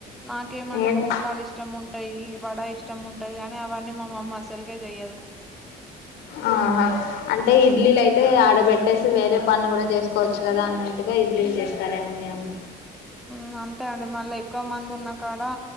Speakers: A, in the centre; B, on the left.
A: నాకేమంటే
B: ఏం
A: బోండాలు ఇష్టం ఉంటాయి, వడ ఇష్టం ఉంటది అని అవన్నీ మా మమ్మి అసల్కే చెయ్యదు,
B: ఆహా అంటే ఇడ్లీలు అయితే ఆడబెట్టేసి వేరే పనులు కూడా చేసుకోవచ్చు కదా అన్న ట్టుగా ఇడ్లీలు చేస్తారేమో మీ అమ్మ
A: మ్మ్ అంతే అండి మళ్ళీ ఎక్కువ మంది ఉన్నా కాడా